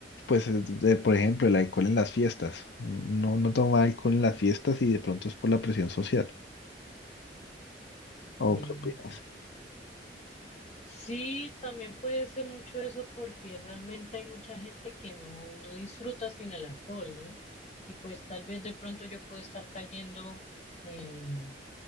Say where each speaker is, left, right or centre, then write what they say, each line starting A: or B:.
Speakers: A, on the left (about 65°); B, on the left (about 40°).
A: pues, de- por ejemplo, el alcohol en las fiestas. No, no toma alcohol en las fiestas y de pronto es por la presión social. ¿O
B: Mm,
A: qué opinas?
B: Sí, también puede ser mucho eso porque realmente hay mucha gente que no, no disfruta sin el alcohol, ¿no? Y pues tal vez de pronto yo puedo estar cayendo en,